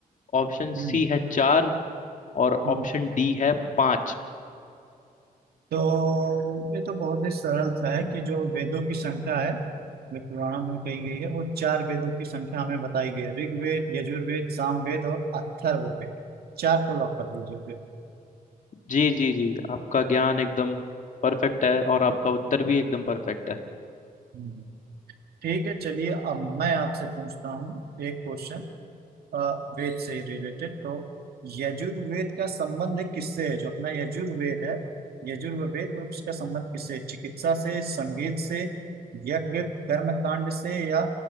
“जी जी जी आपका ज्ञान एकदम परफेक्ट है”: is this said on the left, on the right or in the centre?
Left